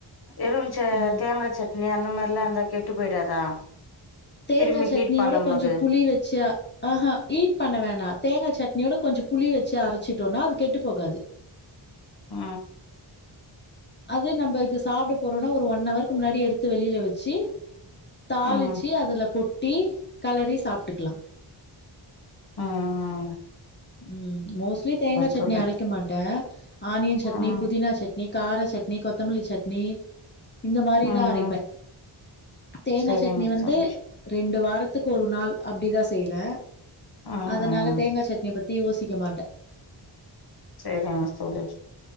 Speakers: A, on the left; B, on the left.
A: எது மிச்ச
B: ம்.
A: தேங்காசட்னி அந்த மாரி எல்லா இருந்தா கெட்டு போயிடாதா
B: தேங்கா
A: திரும்பி
B: சட்னியோட
A: ஹீட் பண்ணும்
B: கொஞ்சு
A: போது
B: புளி வச்சா ஆ ஆ ஈட் பண்ண வேணா தேங்கா சட்னியோட கொஞ்சு புளி வச்சு அரைச்சிட்டோன்னா அது கெட்டு போகாது
A: ஆ
B: அது நம்ம இப்ப சாப்ட போறோனா ஒரு ஒன் ஹவருக்கு முன்னாடி எடுத்து வெளில வச்சு தாளிச்சு
A: ம்
B: அதுல கொட்டி கெளறி சாப்டுக்கலா
A: ம் ம்
B: ம் மோஸ்ட்லி தேங்கா சட்னி
A: தோழி
B: அரைக்க மாட்ட ஆனியன் சட்னி
A: ம்
B: புதினா சட்னி கார சட்னி கொத்தமல்லி சட்னி இந்த மாரிதா
A: ம்
B: அரைப்ப தேங்கா
A: சரிங்க
B: சட்னி வந்து
A: தோழி
B: ரெண்டு வாரத்துக்கு ஒரு நாள் அப்டி தா செய்வே
A: ம்
B: அதனால
A: ம்
B: தேங்கா சட் தி யோசிக்க மாட்ட
A: செரிதா தோழி